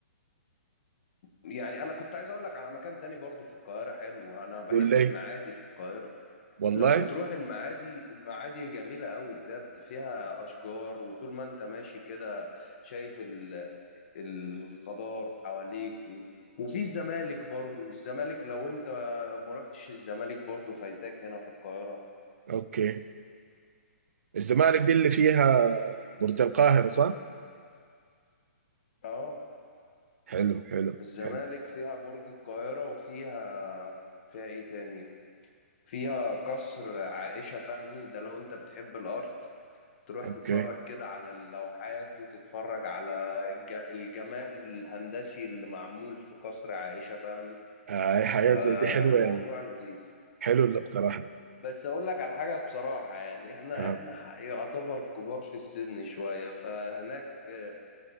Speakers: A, on the left; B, on the right.
A: يعني انا كنت عايز اقول لك على مكان تاني برضه في القاهره حلو انا بحب
B: قول لي
A: المعادي في القاهره
B: والله
A: لو بتروح المعادي المعادي جميلة قوي بجد فيها أشجار وطول ما أنت ماشي كده شايف ال- الخضار حواليك و- وفي الزمالك برضو الزمالك لو أنت ما رحتش الزمالك برضو فايتاك هنا في القاهرة
B: اوكي الزمالك دي اللي فيها برج القاهره صح
A: اه
B: حلو حلو
A: الزمالك
B: حلو
A: فيها برج القاهرة وفيها فيها ايه تاني فيها قصر عائشة فهمي ده لو انت بتحب الارت تروح
B: اوكي
A: تتفرج كده على اللوحات وتتفرج على الج- الجمال الهندسي اللي معمول في قصر عائشة فهمي
B: آه أي حياه
A: فالموضوع
B: زي دي حلوه يا مان.
A: لذيذ
B: حلو الاقتراح ده
A: بس اقول لك على حاجة بصراحة يعني احنا
B: ها
A: احنا ح- يعتبر كبار في السن شوية فهناك آه،